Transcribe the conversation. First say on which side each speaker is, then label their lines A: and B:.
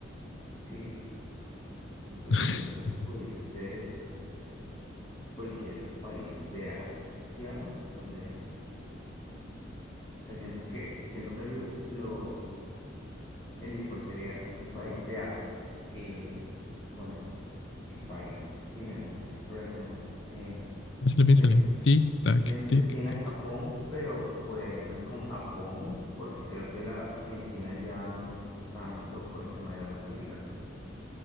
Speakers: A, on the left; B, on the left.
A: Sí, sí, No sé,
B: <laughs>
A: siento que pudiese ser eh, cualquier país de Asia, no sé. O sea, siento que, siento que el, lo, el default sería un país de Asia. Eh, bueno, el país tiene mayor población. eh,
B: Piénsale,
A: ok,
B: piénsale. Tic,
A: estoy
B: tac,
A: entre
B: tic,
A: China
B: tac.
A: y Japón, pero voy a irme con Japón porque creo que, la, que en China ya no es tanto por el tema de la longevidad.